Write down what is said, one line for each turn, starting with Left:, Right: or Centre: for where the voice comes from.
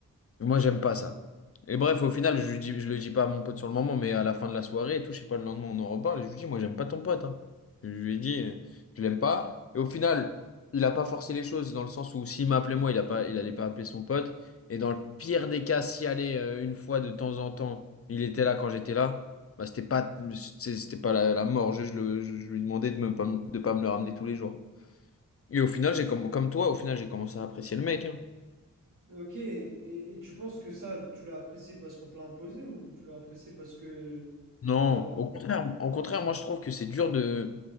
Left: Moi, j'aime pas ça. Et bref, au final, je lui dis, je le dis pas à mon pote sur le moment, mais à la fin de la soirée et tout, je sais pas, le lendemain, on en reparle. Et je lui dis, moi, j'aime pas ton pote. hein. Je lui ai dit, euh, je l'aime pas. Et au final, il a pas forcé les choses dans le sens où s'il m'appelait moi, il a pas, il allait pas appeler son pote. Et dans le pire des cas, s'il allait euh, une fois de temps en temps, il était là quand j'étais là, bah, c'était pas, c'est- c'était pas la, la mort. Je, je le- je- je lui demandais de me, pas me- de pas me le ramener tous les jours. Et au final, j'ai comme, comme toi, au final, j'ai commencé à apprécier le mec. hein.
Right: Ok, et, et tu penses que ça, tu l'as apprécié parce qu'on te l'a imposé ou tu l'as apprécié parce que
Left: Non,
Right: t'as.
Left: au contraire, au contraire, moi je trouve que c'est dur de